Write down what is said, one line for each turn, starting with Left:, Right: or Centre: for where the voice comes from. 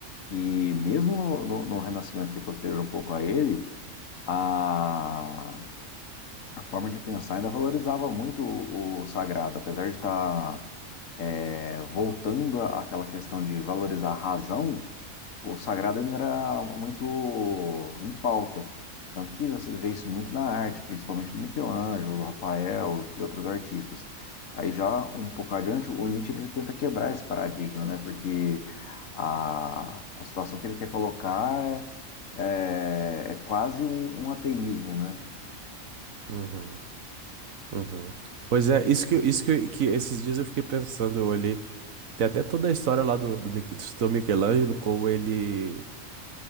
Left: que mesmo no, no- no Renascimento que é posterior um pouco a ele, a, a forma de pensar ainda valorizava muito o, o sagrado, apesar de estar é, voltando à- àquela questão de valorizar a razão, o sagrado ainda era muito em pauta. Tanto que você vê isso muito na arte, principalmente do Michelangelo, do Rafael e outros artistas. Aí já um pouco adiante, o Nietzsche ele tenta quebrar esse paradigma, né? Porque a, a situação que ele quer colocar é, é, é quase um, um ateísmo, né?
Right: uhum. Uhum. Pois é, isso que, isso que, que esses dias eu fiquei pensando, eu olhei, tem até toda a história lá do, do, Mich- do Michelangelo, como ele